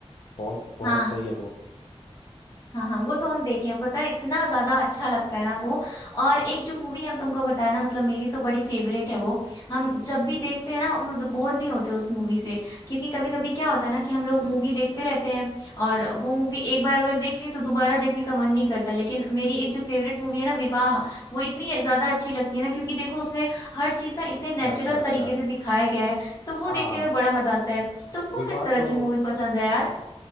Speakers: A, on the left (about 60°); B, on the left (about 35°).
A: बहुत बहुत
B: है
A: सही है वो
B: हाँ हाँ वो तो हम देखे हैं पता है इतना ज्यादा अच्छा लगता है ना वो और एक जो मूवी हम तुमको बताया ना मतलब मेरी तो बड़ी फेवरेट है वो हम जब भी देखते हैं ना बोर नहीं होते उस मूवी से क्योंकि कभी कभी क्या होता है ना कि हम लोग मूवी देखते रहते हैं और वो मूवी एक बार अगर देख ली तो दोबारा देखने का मन नहीं करता लेकिन मेरी एक जो फेवरेट मूवी है ना विवाह वो इतनी ज्यादा अच्छी लगती है ना क्योंकि देखो उसमें हर चीज ना इतने नेचुरल
A: अच्छा अच्छा
B: तरीके से दिखाया गया है तो वो
A: हाँ
B: देखने में बड़ा मजा आता है तुमको
A: विवाह
B: किस तरह
A: तो
B: की मूवी पसंद है यार